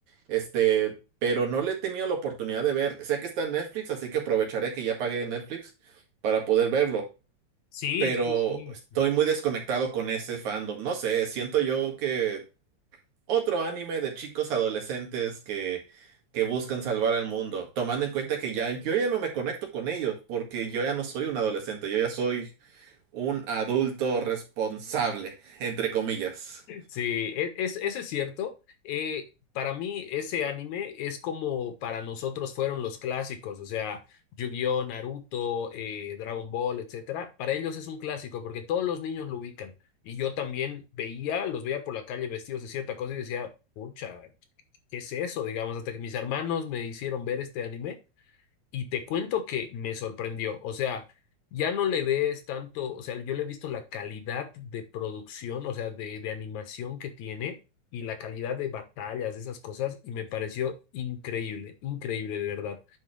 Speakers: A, on the right; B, on the left.
A: Este, pero no le he tenido la oportunidad de ver. Sé que está en Netflix, así que aprovecharé que ya pagué Netflix para poder verlo.
B: Sí,
A: Pero
B: sí, sí.
A: estoy muy desconectado con ese fandom. No sé, siento yo que otro anime de chicos adolescentes que, que buscan salvar al mundo, tomando en cuenta que ya yo ya no me conecto con ellos, porque yo ya no soy un adolescente, yo ya soy un adulto responsable, entre comillas.
B: Sí, e- es, eso es cierto. Eh, para mí, ese anime es como para nosotros fueron los clásicos, o sea, Yu-Gi-Oh, Naruto, eh, Dragon Ball, etcétera. Para ellos es un clásico porque todos los niños lo ubican. Y yo también veía, los veía por la calle vestidos de cierta cosa y decía, pucha, ¿qué es eso? Digamos, hasta que mis hermanos me hicieron ver este anime y te cuento que me sorprendió. O sea, ya no le ves tanto, o sea, yo le he visto la calidad de producción, o sea, de, de animación que tiene y la calidad de batallas, de esas cosas, y me pareció increíble, increíble de verdad.